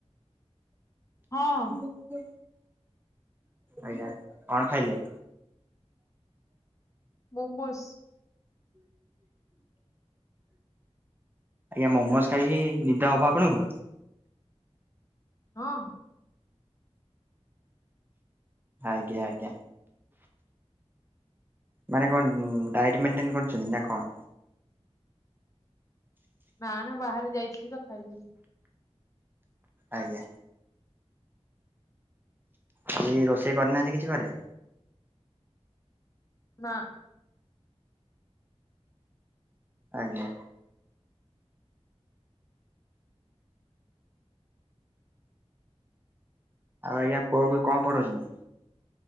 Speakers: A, on the left (about 30°); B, on the right (about 20°).
A: ହଁ।
B: ହୁଁ। ଆଜ୍ଞା କଣ ଖାଇଲେ?
A: ମୋମୋସ୍।
B: ଆଜ୍ଞା ମୋମୋସ ଖାଇକି ନିଦ ହବ ଆପଣଙ୍କୁ?
A: ହଁ।
B: ଆଜ୍ଞା ଆଜ୍ଞା। ମାନେ କଣ ଡାଇଟ୍ ମେଣ୍ଟେନ କରୁଛନ୍ତି ନା କଣ?
A: ନା ନା ବାହାରେ ଯାଇଥିଲି ତ ଖାଇଦେଲି।
B: ଆଜ୍ଞା। ଆଇ ରୋଷେଇ କରିନାହାନ୍ତି କିଛି ଘରେ?
A: ନା।
B: ଆଜ୍ଞା। ଆଉ ଆଜ୍ଞା ପୁଅ କୁ କଣ ପଢୁଚନ୍ତି?